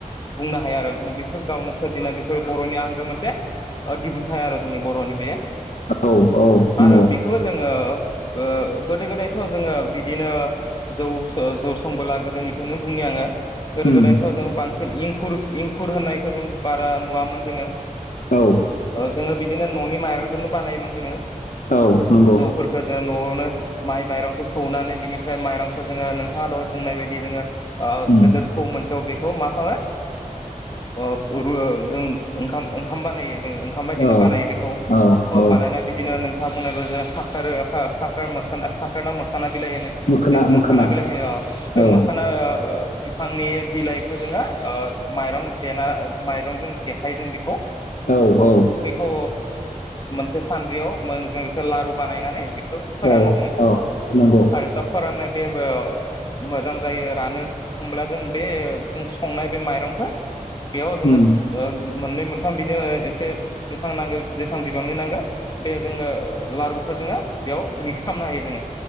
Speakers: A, on the left (about 35°); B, on the left (about 65°).
A: बुंनो हाया आरो जों बेफोर गावनो सोरजिनानै बेफोर बर बर'नि आंगो मोनसे दिहुनथाइ आरो जोंनि बर'नि बे
B: औ औ नंगौ
A: आरो बेखौबो जोङो ओ गोदो गोदायथ जोङो बिदिनो जौ जौ संबोला गोदोनिखौनो बुंनि आङो गोदो
B: उम,
A: गोदायथ जों बांसिन इंखुर इंखुर होननायखौ जों बारा नुवामोन जोङो
B: औ
A: जोङो बिदिनो न'नि माइरंजोंनो बानायोमोन जोङो
B: औ नंगौ
A: जौफोरखौ जों न'आवनो माइ माइरंखौ सौनानै बिनिफ्राय माइरंखौ जोङो नोंथाङा दहाय बुंनाय बायदि जोङो ओ
B: उम,
A: गोदोर थौ मोनसेयाव बेखौ मा खङो ओ रुवो जों ओंखाम ओंखाम बानायो जोङो ओंखाम बायदिनो
B: औ
A: बानायो बेखौ
B: औ औ
A: बानायना बिदिनो खो बुंनायो खनाा मोख <unintelligible> मोखाना बिलाइ होनो
B: मोखोना
A: जोंनिथ
B: मोखोना
A: मोखाना बिलाइ होनयो अ बे
B: औ
A: मोखाना <unintelligible> बिफांनि बिलाइखौ जोङो ओ माइरं देना माइरंजों देखायो जों बेखौ
B: औ औ।
A: ओ मोनसे सान्द्रियाव जों बेखौ लारु बानायनानै खो फोरानो
B: औ
A: जोङो
B: औ नंगौ
A: आरो दा फोराननाय बे ओ मोजां जायो रानो होमब्ला जों बे जों संनाय बे माइरंखौ बेयाव जोङो
B: उम,
A: ओ मोननै मोनथाम बिदियाव एसे जेसां नांगौ जेसां बिबांनि नांगौ बे जोङो लारुखौ जोङो बेयाव मिक्स खालामनो हायो जोङो